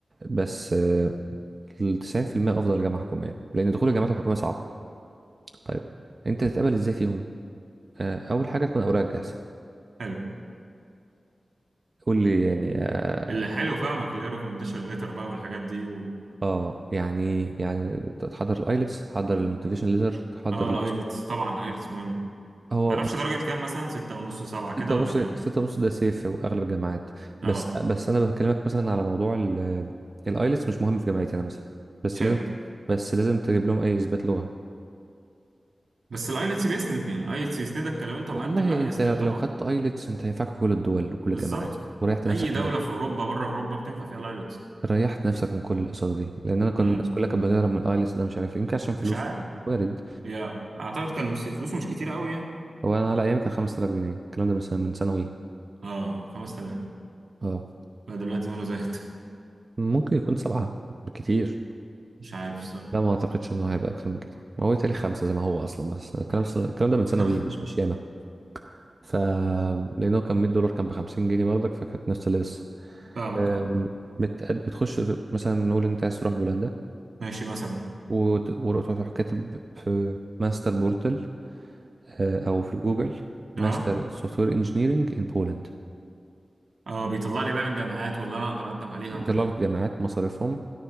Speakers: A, on the right; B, on the right.
A: بس التسعين في المية أفضل جامعة حكومية لأن دخول الجامعات الحكومية صعب طيب انت تتقبل ازاي فيهم آه، اول حاجه تكون اوراقك جاهزه
B: حلو
A: قول لي يعني اه
B: اللي حلو فاهمك اللي هي ريكومنديشن ليتر بقى والحاجات دي و...
A: آه، يعني إيه؟ يعني تحضر الايلتس تحضر الموتيفيشن ليتر تحضر
B: اه
A: الباسبور
B: الايلتس طبعا ايلتس مهم
A: هو
B: تعرفش
A: هو
B: درجة كام مثلا ستة ونص سبعة
A: ستة
B: كده
A: ونص
B: ولا كام
A: ستة ونص ده سيف في اغلب الجامعات
B: اه
A: بس بس انا بكلمك مثلا على موضوع الايلتس مش مهم في جامعتي انا مثلا بس
B: حلو
A: لازم بس لازم تجيب لهم اي اثبات لغه
B: بس الايلتس بيسند يعني الايلتس يسندك لو انت
A: والله
B: مقدم لا
A: انت
B: يسند
A: لو لو
B: طبعا
A: خدت ايلتس انت هينفعك في كل الدول وكل
B: بالظبط
A: الجامعات وريحت نفسك
B: اي دولة في اوروبا بره اوروبا بتنفع فيها الايلتس
A: ريحت نفسك من كل القصص دي لان انا كنت
B: امم
A: الناس كلها كانت بتهرب من الايلتس ده مش عارف ليه يمكن عشان فلوسه
B: مش عارف
A: وارد
B: هي اعتقد كان فلوسه مش كتير قوي يعني
A: هو انا على ايامي كان 5000 جنيه الكلام ده من سنه من ثانوي
B: اه 5000
A: اه
B: لا دلوقتي وانا زهقت <laughs>
A: فممكن يكون سبعه بالكتير
B: مش عارف الصراحة
A: لا ما اعتقدش انه هيبقى اكتر من كده ما هو تالي خمسه زي ما هو اصلا بس الكلام الكلام ده
B: <laughs>
A: من ثانوي مش مش ياما ف لانه كان 100 دولار كان ب 50 جنيه برضك فكانت نفس القصه
B: فاهمك
A: أم،
B: اه
A: بت- بتخش مثلا نقول إن انت عايز تروح بولندا
B: ماشي مثلا
A: وت- وتروح كاتب في ماستر بورتل آه، او في جوجل ماستر
B: اه
A: سوفت وير انجينيرنج ان بولند
B: اه بيطلع لي بقى الجامعات واللي انا اقدر اقدم عليها
A: بيطلع
B: وكده
A: لك جامعات مصاريفهم